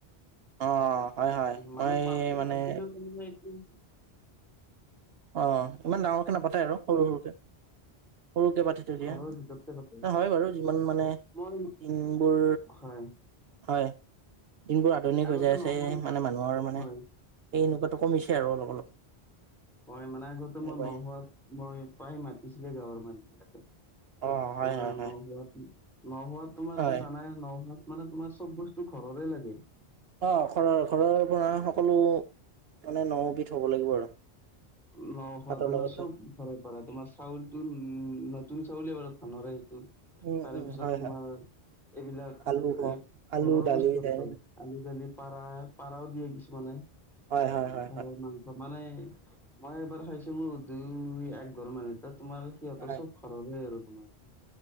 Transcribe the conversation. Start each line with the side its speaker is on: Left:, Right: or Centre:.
Right: অ- হয় হয়
Centre: মানে
Right: মই
Centre: পাতে
Right: মানে
Centre: পাতিলেও তাৰমানে এতিয়া
Right: অ ইমান ডাঙৰকে নাপাতে আৰু সৰু সৰুকে- সৰুকে পাতি থৈ
Centre: ঘৰৰ
Right: দিয়া
Centre: ভিতৰতে পাতে
Right: হয় বাৰু যিমান মানে।
Centre: মই
Right: দিনবোৰ
Centre: হয় <unintelligible>
Right: হয় দিনবোৰ আধুনিক
Centre: আগতে
Right: হৈ যায় আছে
Centre: নহোৱা
Right: মানে মানুহৰ মানে
Centre: হয়
Right: এই এনেকুৱা কমিছে আৰু অলপ অলপ
Centre: হয় মানে আগতে
Right: এনেকুৱাই
Centre: মই নহোৱাত মই প্ৰায় মাতিছিলে গাঁৱৰ মানুহবিলাকে
Right: অ হয়
Centre: তোমাৰ
Right: হয় হয়
Centre: ন হ নহোৱাত তোমাৰো
Right: হয়
Centre: জানাই নহোৱাত মানে তোমাৰ চব বস্তু ঘৰৰে লাগে।
Right: অ ঘৰৰ ঘৰৰ পৰা সকলো মানে নবিধ হ'ব লাগিব আৰু
Centre: ন খোৱা
Right: ভাতৰ
Centre: তোমাৰ
Right: লগতে
Centre: চব ঘৰ পাৰে তোমাৰ চাউলটো উ চাউলে বাৰু ধানৰে সেটো
Right: উম
Centre: তাৰে
Right: উম
Centre: পিছত
Right: হয়
Centre: তোমাৰ
Right: হয়
Centre: এইবিলাক
Right: আলু গম
Centre: এই
Right: আলু
Centre: ঘৰৰ
Right: দালি
Centre: বস্তু আৰু
Right: দাইল
Centre: ক আলু দালি পাৰা পাৰাও দিয়ে কিছুমানে
Right: হয় হয় হয়
Centre: পাৰৰ
Right: হয়।
Centre: মাংস মানে মই এবাৰ খাইছো মোৰ দুই একঘৰ মান তাত- তোমাৰ সিহঁতৰ
Right: হয়
Centre: চব ঘৰৰে আৰু তোমাৰ-